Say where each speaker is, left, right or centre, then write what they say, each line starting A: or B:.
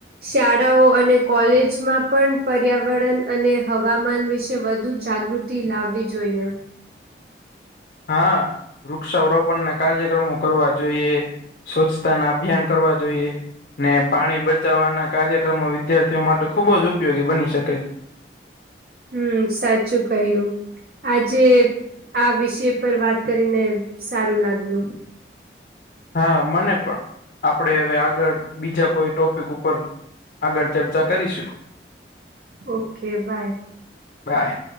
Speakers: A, on the right (about 55°); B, on the left (about 50°).
A: શાળાઓ અને કોલેજમાં પણ પર્યાવરણ અને હવામાન વિશે વધુ જાગૃત લાવવી જોઈએ
B: હા વૃક્ષ સૌરોવ પણ ના કાર્યક્રમો કરવા જોઈએ સ્વચ્છતા ના અભિયાન કરવા જોઈએ. ને પાણી બચાવવાના કાર્યક્રમો વિદ્યાર્થીઓ માટે ખુબજ ઉપયોગી બની શકે છે
A: હમ્મ સાચું કહ્યું. આજે આ વિષય પર વાત કરીને સારું લાગ્યું.
B: હા મને પણ આપણેે હવે આગળ બીજા કોઈ ટોપિક ઉપર આગળ ચર્ચા કરીશું
A: ઓકે બાય.
B: બાય